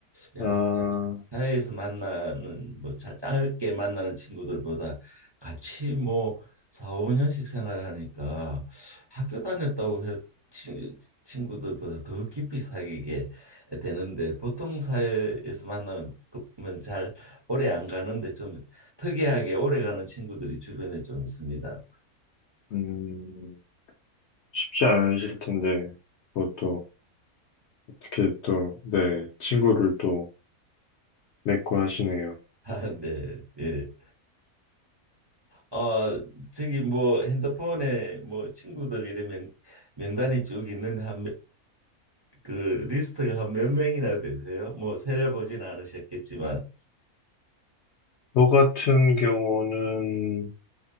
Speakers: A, on the right; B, on the left.
A: 웬만한
B: 아,
A: 사회에서 만나는 뭐 자- 짧게 만나는 친구들보다 같이 뭐 4, 5년씩 생활하니까 학교 다녔다고 해 친- 친구들보다 더 깊이 사귀게 되는데 보통 사회에서 만나면 잘 오래 안 가는데 좀 특이하게 오래 가는 친구들이 주변에 좀 있습니다.
B: 음, 쉽지 않으실 텐데, 그것도 어떻게 또, 네, 친구를 또 맺고 하시네요.
A: 아, 네. 예. 어, 저기 뭐 핸드폰에 뭐 친구들 이름 명, 명단이 쭉 있는데 한그 리스트가 한 몇 명이나 되세요? 뭐 세려보진 않으셨겠지만
B: 저 같은 경우는,